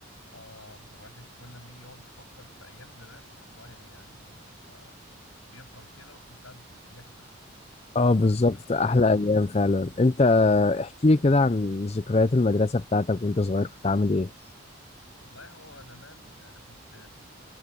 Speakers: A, on the left; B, on the left.
A: آه واحد كل لما يجي يقعد يفكر في أيام زمان والله يعني بتبقى بيفرح كده وفي ساعات بي- بيحزن
B: اه بالظبط
A: بيحصل
B: ده احلى ايام فعلا انت احكي لي كده عن ذكريات المدرسه بتاعتك وانت صغير كنت عامل ايه
A: والله هو زمان أنا كنت